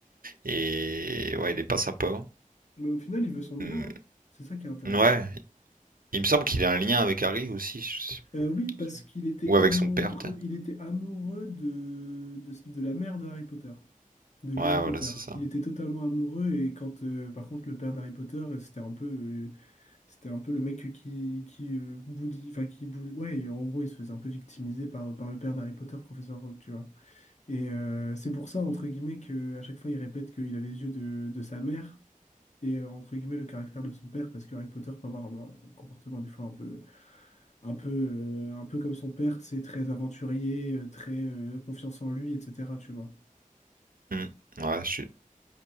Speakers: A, on the right; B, on the left.
A: Et ouais, il est pas sympa.
B: Mais au final, il veut son bien.
A: Hmm,
B: hein. C'est ça qui est intéressant.
A: Ouais, il me semble qu'il a un lien avec Harry aussi. je sais
B: Euh,
A: plus.
B: oui, parce qu'il était
A: Ou avec
B: amoureux,
A: son père, peut-être.
B: il était amoureux de... De... de la mère de Harry Potter, de Lily
A: Ouais,
B: Potter.
A: voilà, c'est ça.
B: Il était totalement amoureux et quand, euh, par contre, le père d'Harry Potter, euh, c'était un peu, euh, c'était un peu le mec qui, qui euh, bully- enfin qui bully- ouais, et en gros, il se faisait un peu victimiser par, par le père d'Harry Potter, professeur Rogue, tu vois. Et euh, c'est pour ça, entre guillemets, que à chaque fois, il répète qu'il a les yeux de, de sa mère. et euh, entre guillemets le caractère de son père parce que Harry Potter peut avoir un, un comportement des fois un peu un peu euh, un peu comme son père c'est très aventurier euh, très euh, confiance en lui etc tu vois
A: Hmm, Ouais, je suis.